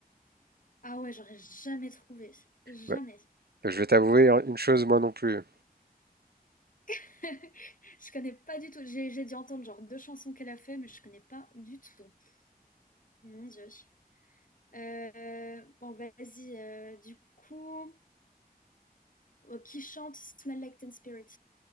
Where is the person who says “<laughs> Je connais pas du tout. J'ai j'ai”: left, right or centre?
Left